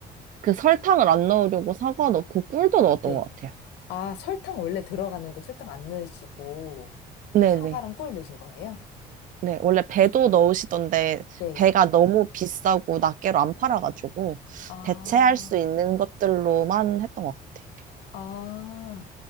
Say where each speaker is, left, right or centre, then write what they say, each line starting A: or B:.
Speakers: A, on the right (about 50°); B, on the left (about 90°).
A: 그 설탕을 안 넣으려고 사과 넣고 꿀도 넣었던
B: 네.
A: 것 같아요.
B: 아, 설탕 원래 들어가는데 설탕 안 넣으시고
A: 네네.
B: 사과랑 꿀 넣으신 거예요?
A: 네, 원래 배도 넣으시던데
B: 네.
A: 배가 너무 비싸고 낱개로 안 팔아가지고
B: 아,
A: 대체할 수 있는 것들로만 했던 것 같아요.
B: 아,